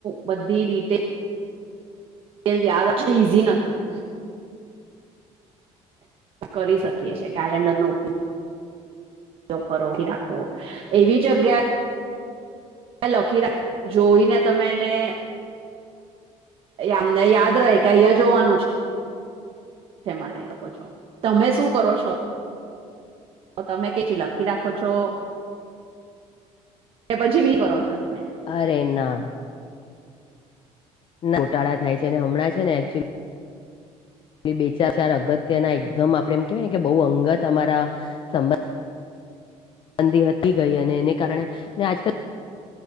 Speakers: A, on the right; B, on the left.
A: બધી ડિટે ડીટેલ્સ યાદને ઈઝી નથી કરી શકીએ છે કેલેન્ડર નો ઉપયોગ ઉપયોગ કરો કે રાખો એવી જગ્યા કે લખી રાખ જોઈને તમે એને એ અમને યાદ રહે કે અહીંયા જોવાનું છે તે મારે લોકો જો તમે શું કરો છો તો તમે કેથી લખી રાખો છો કે પછી બી કરો છો તમે
B: અરે ના ગોટાળા થાય છે અને હમણાં છે ને એક્ચુઅલી બે ચાર ચાર અગત્ય ના એકદમ આપણે એમ કેવાય ને કે બહુ અંગત અમારા સબંધ મંદી હતી ગઈ અને એને કારણે અને આજકાલ